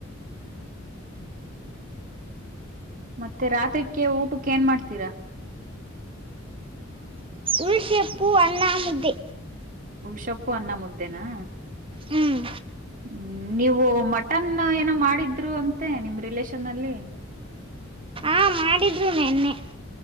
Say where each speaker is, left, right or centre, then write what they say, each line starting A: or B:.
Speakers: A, on the right; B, on the right.
A: ಮತ್ತೆ ರಾತ್ರಿಕ್ಕೆ ಊಟಕ್ಕೆ ಏನ್ ಮಾಡ್ತೀರಾ.
B: ಉಳಸೆಪ್ಪು ಅನ್ನ ಮುದ್ದೆ.
A: ಉಲ್ಷಪ್ಪು ಅನ್ನ ಮುದ್ದೆನಾ.
B: ಹ್ಮ್
A: ಹ್ಮ್ ನೀವು ಮಟನ್ ಏನೋ ಮಾಡಿದ್ರು ಅಂತೆ ನಿಮ್ ರಿಲೇೇಶನ್ಲ್. <unintelligible>
B: ಆ ಮಾಡಿದ್ರು ನೆನ್ನೆ